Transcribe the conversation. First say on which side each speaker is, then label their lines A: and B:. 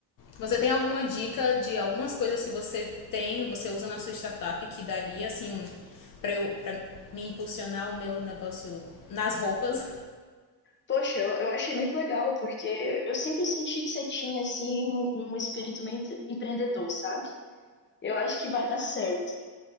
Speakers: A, on the left; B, on the left.
A: você tem alguma dica de algumas coisas que você tem, você usa na sua startup que daria, assim, um, pra, eu, pra me impulsionar o meu negócio nas roupas?
B: Poxa, eu, eu achei muito legal, porque eu sempre senti que você tinha, assim, um, um espírito meio empre- empreendedor, sabe? Eu acho que vai dar certo.